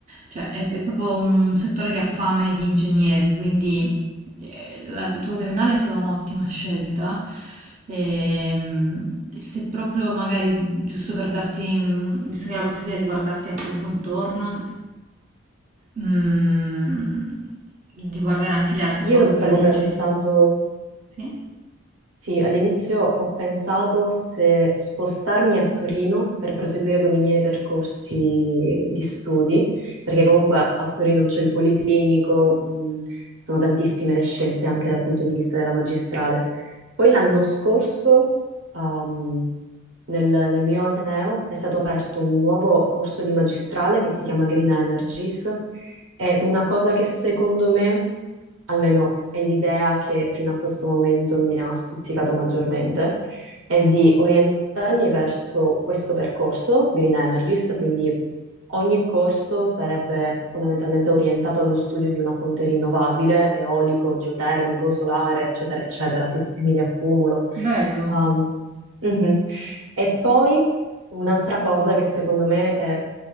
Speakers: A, on the right (about 35°); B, on the right (about 80°).
A: cioè è, è proprio un settore che ha fame di ingegneri, quindi eh, la tua triennale è stata un'ottima scelta. Ehm, se proprio magari, giusto per darti, mm, visto che hai la possibilità di guardarti anche un po' intorno, mm, di guardare anche le altre facoltà
B: io stavo
A: di ingegneria.
B: pensando.
A: Sì?
B: Sì, all'inizio ho pensato se spostarmi a Torino per proseguire con i miei percorsi di studi, perché comunque a Torino c'è il Policlinico, mh, sono tantissime le scelte anche dal punto di vista della magistrale. Poi l'anno scorso, ehm, nel, nel mio Ateneo è stato aperto un nuovo corso di magistrale che si chiama Green Energies è una cosa che secondo me, almeno è l'idea che fino a questo momento mi ha stuzzicato maggiormente, è di orientarmi verso questo percorso, Green Energies, quindi ogni corso sarebbe fondamentalmente orientato allo studio di una fonte rinnovabile, eolico, geotermico, solare, eccetera, eccetera, sistemi di accumulo.
A: Bello.
B: Um, mhm. E poi un'altra cosa che secondo me è